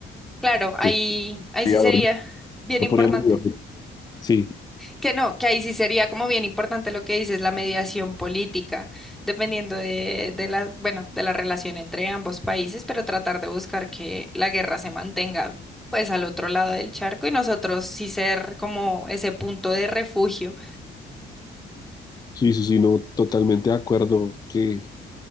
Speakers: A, in the centre; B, on the left.
A: Claro, ahí,
B: Entonces,
A: ahí
B: cuidador,
A: sí sería
B: no
A: bien
B: No
A: importante.
B: podríamos vivir. Sí,
A: Que no, que ahí sí sería como bien importante lo que dices, la mediación política, dependiendo de, de la, bueno, de la relación entre ambos países, pero tratar de buscar que la guerra se mantenga pues al otro lado del charco y nosotros sí ser como ese punto de refugio
B: sí, sí, sí, no, totalmente de acuerdo que,